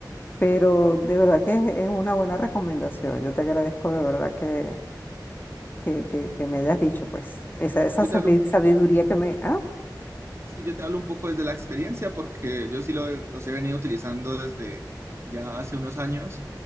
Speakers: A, on the left (about 25°); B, on the right (about 35°).
A: Pero de verdad que es, es una buena recomendación. Yo te agradezco de verdad que, que, que, que me hayas dicho, pues, esa, esa
B: Yo
A: sabi-
B: te hablo un poquito
A: sabiduría que me... Ah,
B: Sí, yo te hablo un poco desde la experiencia porque yo sí lo, los he venido utilizando desde ya hace unos años